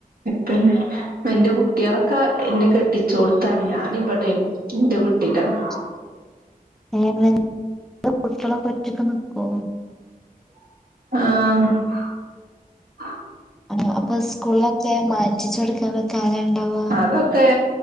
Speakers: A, on the right; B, in the centre.
A: പിന്നെ എന്റെ കുട്ടികളൊക്കെ എന്നെ കെട്ടി ചോടത്താന ആകേ <unintelligible>
B: <inaudible> ഏ കുട്ടികളൊക്കെ ഒറ്റക്കെ നിക്കുവോ?
A: ആഹ്.
B: ആ അപ്പൊ സ്കൂളിലൊക്കെ മാറ്റിച്ചു കൊടുക്കാനൊക്കെ ആരാ ഉണ്ടാവുക
A: അതൊക്കെ